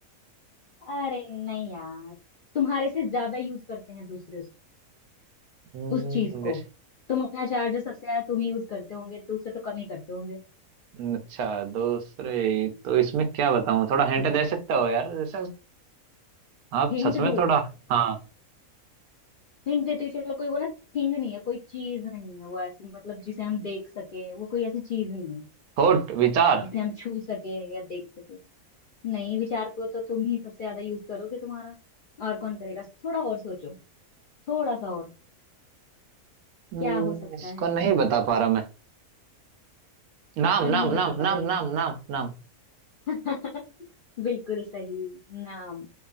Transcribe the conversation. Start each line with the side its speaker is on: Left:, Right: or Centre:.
Left: अरे नहीं यार तुम्हारे से ज्यादा यूज करते हैं दूसरे उस,
Right: हम्म
Left: उस चीज
Right: बेशक।
Left: को तुम अपना चार्जर सबसे ज्यादा तुम ही यूज करते होंगे दूसरे तो कम ही करते होंगे
Right: अच्छा दूसरे तो इसमें क्या बताऊं थोड़ा हिंट
Left: हाँ,
Right: दे सकते हो यार जैसे आप
Left: हिंट
Right: सच में
Left: दूँ
Right: थोड़ा हाँ
Left: हिंट देती हूँ चलो कोई वो ना थिंग नहीं है कोई चीज नहीं है वो ऐसी मतलब जिसे हम देख सके वो कोई ऐसी चीज नहीं है
Right: थॉट विचार
Left: जिसे हम छू सके या देख सके नहीं विचार को तो तुम ही सबसे ज्यादा यूज करोगे तुम्हारा और कौन करेगा थोड़ा और सोचो थोड़ा सा और
Right: हम्म,
Left: क्या हो सकता
Right: इसको
Left: है
Right: नहीं बता पा रहा मैं
Left: इसका
Right: नाम
Left: नहीं
Right: नाम
Left: बता
Right: नाम
Left: पा रहे
Right: नाम
Left: हो
Right: नाम नाम नाम
Left: <laughs> बिल्कुल सही नाम